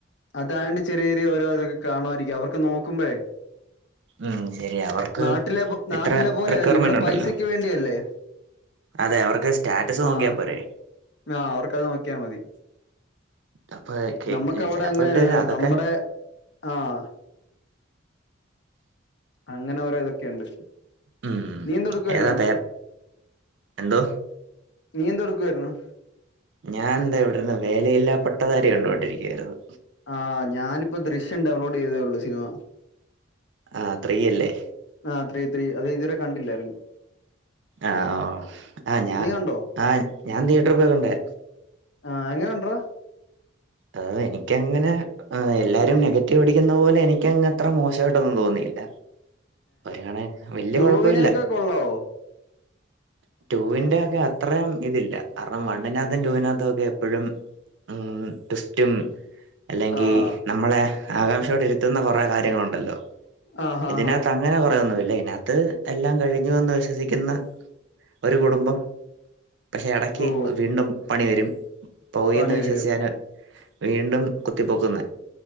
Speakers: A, on the left; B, on the right.
A: അതായണ്ട് ചെറിയ ചെറിയ ഓരോ ഇതൊക്കെ കാണുമായിരിക്കും അവർക്ക് നോക്കുമ്പഴേ
B: ഉം ശരി അവർക്ക്
A: നാട്ടിലെ നാട്ടിലെ
B: ഇത്ര
A: പോലെയ
B: റിക്വയർമെന്റ്
A: ല്ലല്ലോ ഇവിടെ
B: ഉണ്ടല്ലോ
A: പൈസക്ക് വേണ്ടിയല്ലേ
B: അതെ അവർക്ക് സ്റ്റാറ്റസ്
A: ആഹ്
B: നോക്കിയാപ്പോരേ
A: ആഹ് അവർക്കത് നോക്കിയാൽ മതി.
B: <unintelligible>
A: നമ്മക്ക് അവിടെ
B: ചെലപ്പോ
A: അങ്ങനെയല്ലല്ലോ
B: ഇട്ട് തരും അതൊക്കെ
A: നമ്മുടെ ആഹ് അങ്ങനെ ഓരോ ഇതൊക്കെയുണ്ട്
B: ഉം
A: നീ എന്ത് എടുക്കുവായിരുന്നു
B: ഏതാ പേ എന്തോ
A: നീ എന്ത് എടുക്കുവായിരുന്നു?
B: ഞാൻ എന്താ ഇവിടെരുന്ന് വേലയില്ലാ പട്ടതാരി കണ്ടുകൊണ്ടിരിക്കയായിരുന്നു.
A: ആഹ് ഞാനിപ്പം ദൃശ്യം ഡൗൺലോഡ് ചെയ്തതേ ഉള്ളൂ സിനിമ
B: ആഹ് ത്രീയല്ലേ
A: ആഹ് ത്രീ ത്രീ അത് ഇതുവരെ കണ്ടില്ലാരുന്നു.
B: ആഹ് ആഹ് ഞാ
A: കണ്ടോ
B: ആഹ് ഞാൻ തിയേറ്റർ പോയി കണ്ടേ
A: ആഹ് എങ്ങനെ ഒണ്ട് റാ
B: അഹ് എനിക്കങ്ങനെ ഉം എല്ലാരും നെഗറ്റീവ് അടിക്കുന്ന പോലെ എനി ക്കങ്ങത്ര മോശായിട്ടൊന്നും തോന്നിയില്ല ഒര് കണ വല്യ
A: ടൂവിനൊക്കെ
B: കൊഴപ്പി ല്ല.
A: കൊള്ളാവോ
B: റ്റുവിന്റെ ഒക്കെ അത്രയും ഇതില്ല കാരണം വണ്ണിനകത്തും റ്റൂ വിനകത്തും ഒക്കെ എപ്പഴും ഉം ട്വിസ്റ്റും അല്ലെങ്കി
A: ആഹ്
B: നമ്മളെ ആകാംക്ഷയോടെ ഇരുത്തുന്ന കൊറേ കാര്യങ്ങളുണ്ടല്ലോ
A: ആഹ് ഹാ
B: ഇതിനകത്ത്
A: ഹാ
B: അങ്ങനെ കൊറേയൊന്നുല്ല ഇതിനകത്ത് എല്ലാം കഴിഞ്ഞുവെന്ന് വിശ്വസി ക്കുന്ന ഒരു കുടുംബം പക്ഷെ എടക്ക്
A: ഓ
B: വീണ്ടും പണി വരും. പോയീന്ന്
A: പണി
B: വിശ്വസിച്ചേനെ
A: വരും
B: വീണ്ടും കുത്തിപൊക്കുന്നെ